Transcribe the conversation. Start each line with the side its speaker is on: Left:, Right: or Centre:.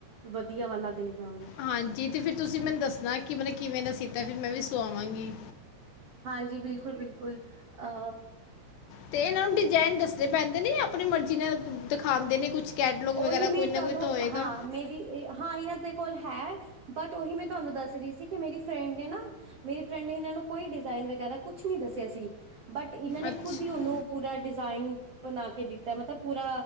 Right: ਵਦੀਆ ਵਾਲਾ ਦੇਖ ਲਾਂਗੇ।
Left: ਹਾਂਜੀ ਤੇ ਫਿਰ ਤੁਸੀਂ ਮੈਨੂੰ ਦੱਸਣਾ ਕਿ ਮਤਬ ਕਿਵੇਂ ਦਾ ਸੀਤਾ, ਫੇਰ ਮੈਂ ਵੀ ਸਵਾਵਾਂਗੀ।
Right: ਹਾਂਜੀ, ਬਿਲਕੁਲ-ਬਿਲਕੁਲ ਅ
Left: ਤੇ ਏਨਾਂ ਨੂੰ ਡੀਜਾਇਨ ਦੱਸਣੇ ਪੈਂਦੇ ਨੇ, ਆਪਣੀ ਮਰਜ਼ੀ ਨਾਲ ਦਿਖਾਂਦੇ ਨੇ, ਕੁਛ ਕੈਟਲੋਗ
Right: ਉਹੀ
Left: ਵਗੈਰਾ
Right: ਮੈਂ
Left: ਕੋਈ ਨਾ
Right: ਤੁਹਾਨੂੰ
Left: ਕੋਈ ਤਾਂ ਹੋਏਗਾ।
Right: ਹਾਂ ਮੇ ਵੀ ਹਾਂ ਏਨਾਂ ਦੇ ਕੋਲ ਹੈ, ਬਟ ਉਹੀ ਮੈਂ ਤੁਆਨੂੰ ਦੱਸ ਰਹੀ ਸੀ, ਕਿ ਮੇਰੀ ਫਰੈਂਡ ਨੇ ਨਾ ਮੇਰੀ ਫਰੈਂਡ ਨੇ ਏਨਾਂ ਨੂੰ ਕੋਈ ਡਿਜ਼ਾਇਨ ਵਗੈਰਾ ਕੁਛ ਨੀ ਦੱਸਿਆ ਸੀ। ਬਟ ਏਨਾਂ ਨੇ
Left: ਅੱਛਾ
Right: ਖੁਦ ਈ ਓਨੂੰ ਪੂਰਾ ਡਿਜ਼ਾਇਨ ਬਣਾ ਕੇ ਦਿੱਤਾ, ਮਤਲਬ ਪੂਰਾ